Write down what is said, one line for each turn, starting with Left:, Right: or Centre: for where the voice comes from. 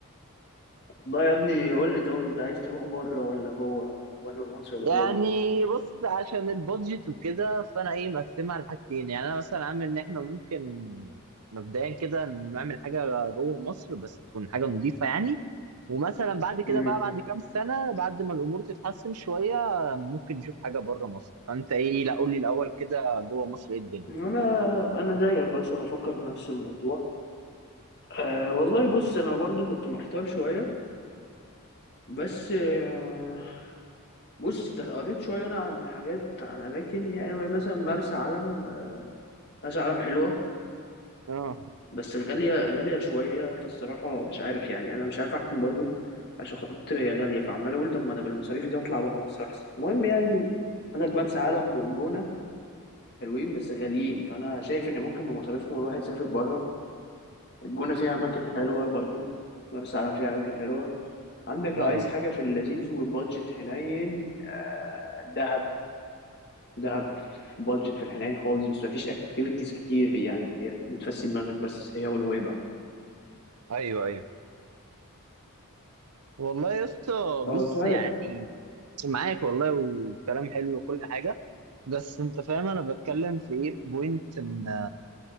Left: ده يا ابني قول لي طب انت عايز تروح بره ولا جوه بره مصر ولا
Right: يعني
Left: جوه مصر
Right: بص عشان البادجت وكده فانا ايه مقسمها على حاجتين يعني انا مثلا عامل ان احنا ممكن مبدئيا كده نعمل حاجه جوه مصر بس تكون حاجه نظيفه يعني ومثلا بعد كده
Left: مم.
Right: بقى بعد كام سنه بعد ما الامور تتحسن شويه ممكن نشوف حاجه بره مصر فانت ايه لا قول لي الاول كده جوه مصر ايه الدنيا
Left: انا انا زيك اصلا بفكر في نفس الموضوع أه والله بص انا برضو كنت محتار شويه بس أه بص ده قريت شويه انا عن حاجات عن اماكن يعني مثلا مرسى علم آه، مرسى علم حلوه
Right: اه
Left: بس غالية غالية شوية فالصراحة مش عارف يعني أنا مش عارف أحكم برضو عشان خاطر هي غالية فعمال أقول طب ما أنا بالمصاريف دي أطلع بره مصر أحسن المهم يعني عندك مرسى علم والجونة حلوين بس غاليين فأنا شايف إن ممكن بمصاريفهم الواحد يسافر بره الجونة فيها أماكن حلوة برضو مرسى علم فيها أماكن حلوة عندك
Right: ايوه
Left: لو عايز حاجة في اللذيذ وبادجت حنين آه، دهب دهب بادجت في الحنين خالص بس مفيش اكتيفيتيز كتير يعني هي بتفسي دماغك بس هي ونويبع
Right: ايوه ايوه والله يا اسطى
Left: اه
Right: بص
Left: مش
Right: يعني معاك والله وكلام حلو وكل حاجه بس انت فاهم انا بتكلم في ايه في بوينت ان